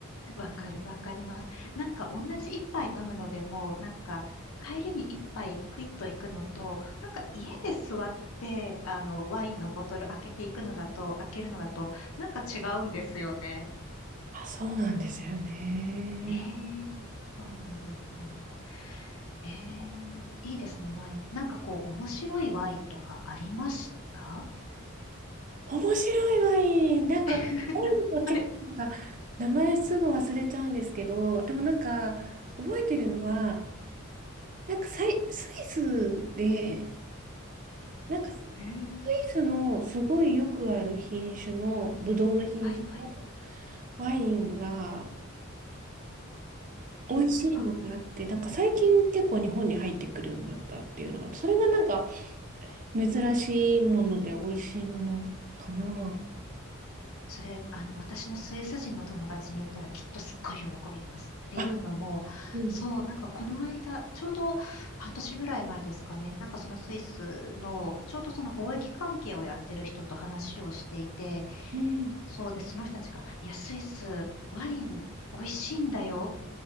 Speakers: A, on the left; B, on the right.
A: わかる、わかります。なんか同じ一杯飲むのでも、なんか帰りに一杯クイッと行くのと、なんか家で座って、あの、ワインのボトル開けていくのだと、開けるのだと、なんか違うんですよね。
B: あ、そうなんですよね。
A: ねえ。そうなんです、そうなんです。ええ、いいですね、ワイン。なんかこう、面白いワインとかありました
B: 面白いワイン。なんか、
A: <laughs>
B: ワイ
A: なはい。
B: ンも結構なんか、名前すぐ忘れちゃうんですけど、でもなんか、覚えてるのは、なんかさい、スイスで、なんかス
A: ええ、
B: イスのすごいよくある品種の、ブドウの品種の
A: はい、はい。
B: ワインが
A: ええ、
B: 美味しいのがあって、
A: あ
B: なんか最近結構日本に入ってくるようになったっていうのが、それがなんか珍しいもので美味しいものかな。
A: それ、あの、私のスイス人の友達に言ったらきっとすっごい喜びます。っていうのも、
B: あ、うん。
A: そう、なんかこの間、ちょうど半年ぐらい前ですかね、なんかそのスイスの、ちょうどその貿易関係をやってる人と話をしていて、
B: うん
A: そうで、その人たちが、いや、スイス、ワイン美味しいんだよ